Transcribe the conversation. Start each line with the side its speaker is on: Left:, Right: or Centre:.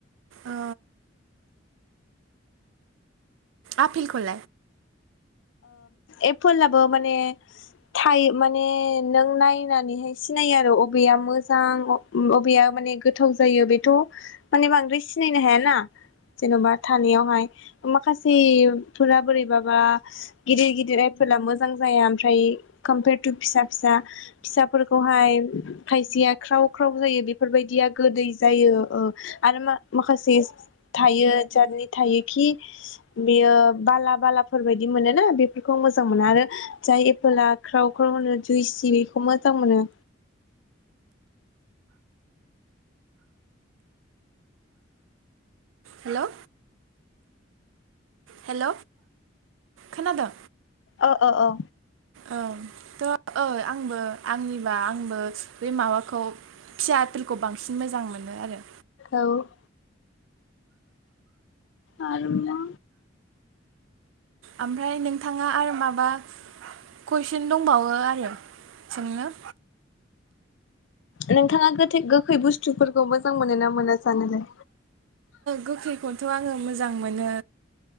Right: ओ आपेलखौ?
Left: एप्पल आबो माने थायो माने नों नायनानैहाय सिनायो आरो अबेया मोजां अबेया माने गोथाव जायो बेथ मानि बांद्राय सिनायनो हायाना जेनबा थानायावहाय माखासेफोरा बोरैबाबा गिदिर गिदिर आइफला मोजां जाया ओमफ्राय कम्पेयार टु फिसा फिसा फिसाफोरखौहाय खायसेया ख्राव ख्राव जायो बे बेफोरबायदिया गोदै जायो आरो म माखासे थायो जारनि थायोखि बेयो बाला बालाफोर बायदि बिदि मोनोना बेफोरखौ मोजां मोनो आरो जाय एपोलाआ क्राव क्राव होनो जुइसि बेखौ मोजां मोनो।
Right: हेल। हेल खोनादों?
Left: अ अ अ।
Right: औ थ ओइ आंबो आंनिबा आंबो बे माबाखौ फिसा आपिलखौ बांसिन मोजां मोनो आरो।
Left: औ। आरो मा।
Right: ओमफ्राय नोंथाङा आरो माबा कुइसन दंबावो आरो सोंनो।
Left: नोंथाङा गोखै बुस्थुफोरखौ मोजां मोनोना मोना जानोलाय।
Right: गोखैखौनोथ' आङो मोजां मोनो